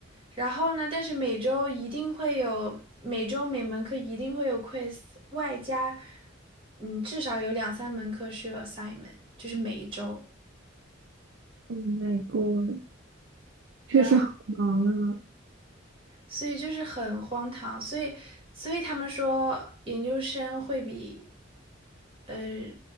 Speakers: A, on the right; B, on the right.
A: 然后呢，但是每周一定会有，每周每门课一定会有 quiz，外加，嗯，至少有两三门课是有 assignment，就是每一周，
B: ？Oh my god，确实好忙啊，
A: 然后所以就是很荒唐，所以所以他们说研究生会比，呃，